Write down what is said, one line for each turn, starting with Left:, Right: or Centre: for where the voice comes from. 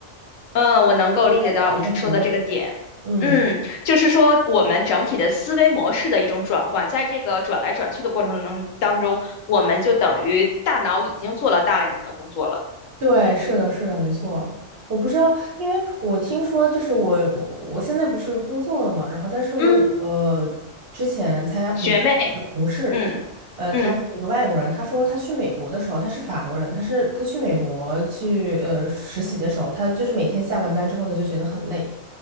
Left: 嗯，我能够理解到你说的这个点。
Right: 就会让脑子很累。嗯。
Left: 嗯，就是说我们整体的思维模式的一种转换，在这个转来转去的过程中当中，我们就等于大脑已经做了大量的工作了。
Right: 对，是的，是的，没错。我不知道，因为我听说，就是我我现在不是工作了嘛，然后但是我有个之前参加培训的同事，
Left: 嗯，学妹，嗯嗯
Right: 呃，他是一个外国人，他说他去美国的时候，他是法国人，他是他去美国去呃实习的时候，他就是每天下完班之后，他就觉得很累，